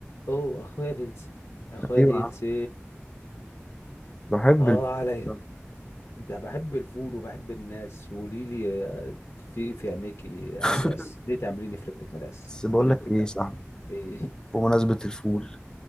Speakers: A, on the left (about 90°); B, on the left (about 15°).
A: اوه اخويا الهيلسي اخويا
B: ايوه
A: الهيلسي
B: يا عم بحب
A: اه
B: الفول
A: عليا ده بحب الفول وبحب الناس وقولي لي آه، في في عينيكي
B: <laughs>
A: احساس ليه تعمليني في رجلك مداس
B: بس بقول
A: يا بنت
B: لك
A: الجزمه
B: ايه صح
A: ايه
B: بمناسبة الفول